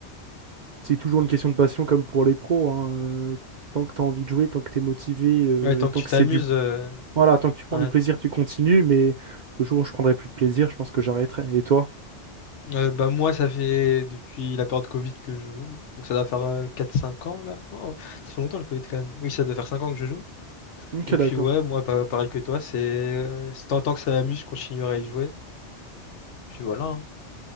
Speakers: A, on the right; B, on the left.
A: C'est toujours une question de passion comme pour les pros, hein. Euh, Tant que tu as envie de jouer, tant que tu es motivé, euh,
B: Ouais, tant
A: et tant
B: que tu
A: que
B: t'amuses.
A: c'est du...
B: euh,
A: Voilà, tant que tu prends
B: Ouais.
A: du plaisir, tu continues, mais le jour où je prendrai plus de plaisir, je pense que j'arrêterai. Et toi?
B: Euh, bah, moi, ça fait depuis la période Covid que je joue. Donc, ça doit faire euh, 4-5 ans, là. Non, ça fait longtemps le Covid quand même. Oui, ça doit faire 5 ans que je joue.
A: Ok,
B: Et puis,
A: d'accord.
B: ouais, moi, pa- pareil que toi, c'est. euh, c'est tant tant que ça m'amuse, je continuerai à y jouer. Puis voilà. hein.